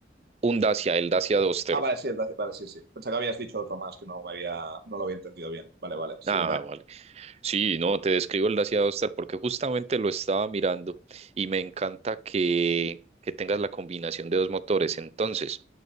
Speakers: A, on the right; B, on the right.
A: un Dacia, el Dacia Duster.
B: Ah, vale, sí, el de- vale, sí, sí. Pensé que habías dicho otro más que no me había, no lo había entendido bien. Vale, vale, sí,
A: Ah,
B: da-
A: vale. Sí, no, te describo el Dacia Duster porque justamente lo estaba mirando y me encanta que, que tengas la combinación de dos motores. Entonces,